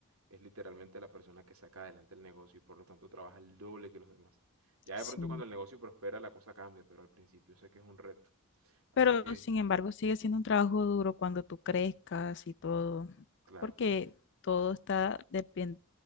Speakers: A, on the right; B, on the left.
A: es literalmente la persona que saca adelante el negocio y por lo tanto trabaja el doble que los demás. Ya
B: Sí.
A: de pronto cuando el negocio prospera la cosa cambia, pero al principio sé que es un reto. Así
B: Pero
A: que,
B: sin embargo, sigue siendo un trabajo duro cuando tú crezcas y todo,
A: claro,
B: porque todo está depen-